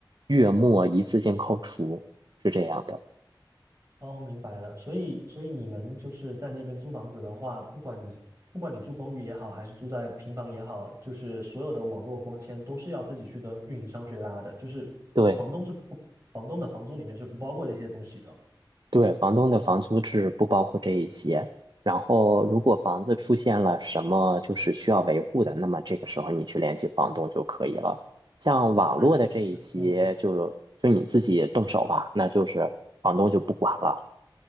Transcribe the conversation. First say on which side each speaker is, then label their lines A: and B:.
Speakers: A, on the right; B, on the right.
A: 月末一次性扣除，是这样的。
B: 哦，明白了。所以，所以你们就是在那边租房子的话，不管你不管你住公寓也好，还是住在平房也好，就是所有的网络光纤都是要自己去跟运营商去拉的，就是房东是不，
A: 对。
B: 房东的房租里面是不包括这些东西的。
A: 对，房东的房租是不包括这一些。然后，
B: 哦，
A: 如果房子出现了什么就是需要维护的，那么这个时候你去联系房东就可以了。像网络的这一些，
B: 那其实，嗯。
A: 就就你自己动手吧，那就是房东就不管了。